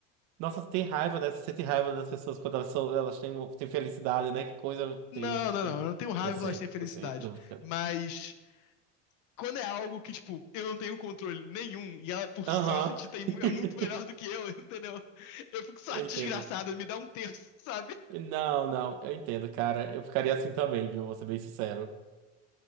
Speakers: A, on the right; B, on the left.
A: Nossa, tem raiva dessa, você tem raiva das pessoas quando elas são, elas têm, têm felicidade, né? Que coisa
B: Não,
A: triste.
B: não, não. Eu não tenho raiva
A: Eu sei,
B: quando elas têm felicidade.
A: eu sei, tô brincando.
B: Mas quando é algo que, tipo, eu não tenho controle nenhum e ela, por
A: Aham.
B: sorte, tem,
A: <laughs>
B: é muito melhor do que eu, <laughs> entendeu? Eu fico só
A: Eu
B: desgraçado,
A: entendo.
B: me dá um terço, sabe?
A: Não, não, eu entendo, cara. Eu ficaria assim também, viu? Vou ser bem sincero.